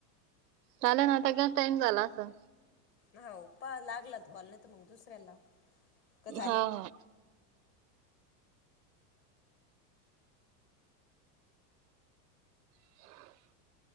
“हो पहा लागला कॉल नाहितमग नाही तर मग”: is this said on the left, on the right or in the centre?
Left